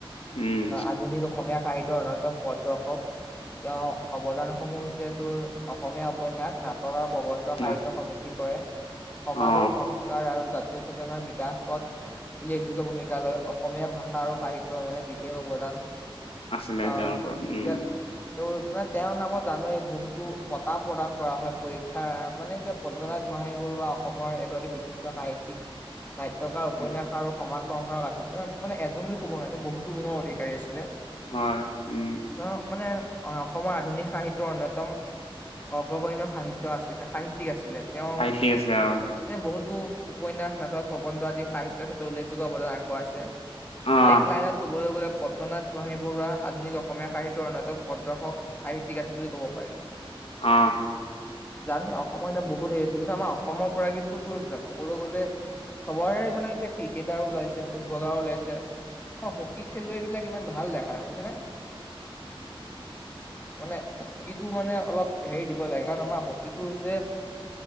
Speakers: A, on the left; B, on the left.
A: উম
B: আধুনিক অসমীয়া সাহিত্যয়ৰ অন্যতম প্ৰদৰ্শক। তেওঁ অৱদান সমূহ হৈছে তোৰ অসমীয়া উপন্যাস নাটকৰ। প্ৰবন্ধ সাহিত্য
A: নাট
B: সমিদ্ধি কৰে সমাজৰ
A: অ
B: সংস্কাৰ আৰু জাত। সজনাৰ বিকাশত। উল্লেখযোগ্য ভূমিকা লৈ অসমীয়া ভাষা আৰু সাহিত্যৰ উন্নয়নত বিশেষ অৱদান?
A: আছিলে
B: অ
A: তেওঁৰ ওপৰত
B: এতিয়া
A: উম।
B: তেওঁ মানে তেওঁৰ নামত। জানোে বহুতো বঁটা প্ৰদান কৰা হয় পৰীক্ষাৰ মানে এতিয়া পদ্মনাথ গোহাইি বৰুৱা অসমৰ। এগৰাকী বিশিষ্ট সাহিত্যিক? নাট্যকাৰ উপন্যাস
A: উম
B: আৰু সমাজ সংসাৰক আছিল তেওঁ মানে এজন বুলি ক'ব নোৱাৰি বহুতো গুণৰ অধিকাৰী আছিলে?
A: হয় উ
B: তেওঁ মানে অ অসমৰ আধুনিক সাহিত্য়ৰ অনয়তম অগ্ৰগণ সাহিত্য আছিলে সাহিত্য। আছিলে তেওঁ
A: সাহিত্যিক আছিলে অ
B: বহুত। টো উপন্যাস নাটক প্ৰবন্ধ আদি সাহিত্যৰ ক্ষেত্ৰত উল্লেখয্য অৱদান আগবঢ়াইছে?
A: অ
B: এক লাইনত ক'বলৈ গ'লে। পদ্মনাথ গোহাঞি বৰুৱা আধুনিক অসমীয়া সাহিত্যৰ অন্যতম প্ৰদৰ্শক সাহিত্যিক আছিল বুলি ক'ব পাৰি <unintelligible>
A: আহ',
B: জানোঁ অসমৰ এটা বহুত হেৰি আছে কিন্তু আমাৰ অসমৰ পৰা কিন্তু তোৰ যা', ক'বলৈ গ'লে চবৰে মানে এতিয়া ক্ৰিকেটাৰ ওলাইছে ফুটবলাৰো ওলাইছে হকী খেলুৱৈ বিলাক ইমান ভাল দেখা নাই বুজিছা নে মানে হকীটো মানে অলপ হেৰি দিব লাগে কাৰণ আমাৰ হকীটো হৈছে